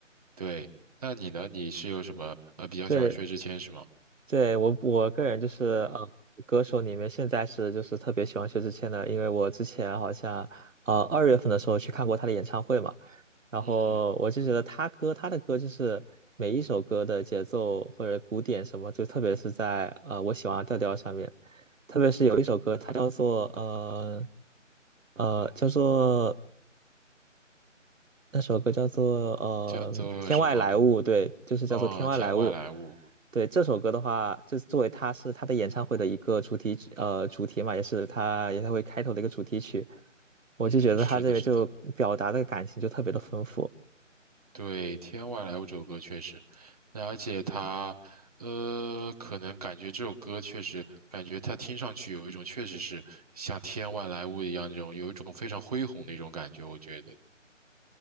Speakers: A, on the right; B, on the right.
A: 对，那你呢？你是有什么呃比较喜欢薛之谦是吗？
B: 对对，我我个人就是，嗯，歌手里面现在是就是特别喜欢薛之谦的，因为我之前好像，呃，二月份的时候去看过他的演唱会嘛，然后我就觉得他歌他的歌就是每一首歌的节奏或者鼓点什么，
A: 嗯，
B: 就特别是在呃我喜欢的调调上面，特别是有一首歌，它叫做呃呃叫做那首歌叫做呃《天外来物》，
A: 叫做什么？
B: 对，就是叫做《天外来物》。
A: 哦，天外来物。
B: 对，这首歌的话，就是作为他是他的演唱会的一个主题曲，呃，主题嘛，也是他演唱会开头的一个主题曲。我就觉得他这个就表达的感情就特别的丰富。
A: 嗯，是的，是的，对，天外来物这首歌确实，那而且他，呃，可能感觉这首歌确实，感觉他听上去有一种确实是像天外来物一样这种，有一种非常恢宏的一种感觉，我觉得。